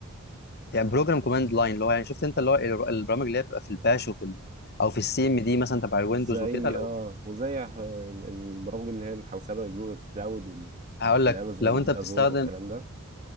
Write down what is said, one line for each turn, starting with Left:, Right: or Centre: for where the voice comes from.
Left: يعني بروجرام كوماند لاين اللي هو يعني شفت انت اللي هو الر- البرامج اللي هي بتبقى في الباش وفي ال... او في السي ام دي مثلا تبع الويندوز
Right: زي
Left: وكده لو
Right: اه وزي ح- البرامج اللي هي الحوسبه جوجل كلاود وال-
Left: هقول
Right: والامازون
Left: لك لو انت بتستخدم
Right: ازور والكلام ده